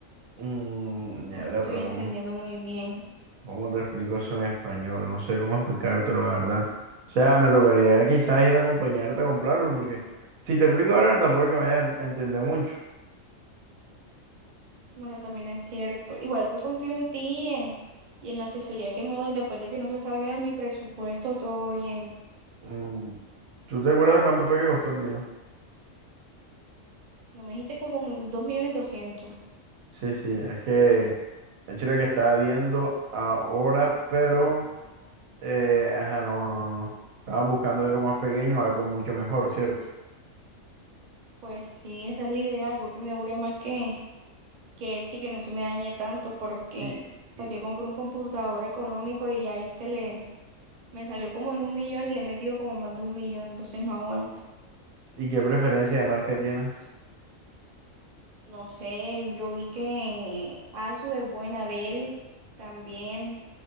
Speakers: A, on the right; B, on the right.
A: Mm, mierda,
B: No te estoy
A: pero
B: entendiendo
A: ¿cómo,
B: muy bien.
A: cómo te explico eso en español? No sé cómo explicártelo, la verdad. O sea, me tocaría quizás ir a acompañarte a comprarlo, porque si te explico ahora, tampoco es que vayas a entender mucho.
B: Bueno, también es cierto. Igual yo confío en ti eh, y en la asesoría que me des después de que no se salga de mi presupuesto, todo bien.
A: Mm, ¿tú te acuerdas cuánto fue que costó el mío?
B: No me dijiste como mi- dos millones doscientos.
A: Sí, sí, es que el chile que estaba viendo ahora, pero Eh, ajá, no, no, no. Estaban buscando algo más pequeño, algo mucho mejor, ¿cierto?
B: Pues sí, esa es la idea, algo que me dure más que, que este y que no se me dañe tanto, porque
A: ¿Y, y,
B: para que compro un computador económico y ya este le me salió como en un millón y le he metido como más de un millón, entonces no aguanto.
A: y qué preferencia de marca tienes?
B: No sé, yo vi que ASUS es buena de él también.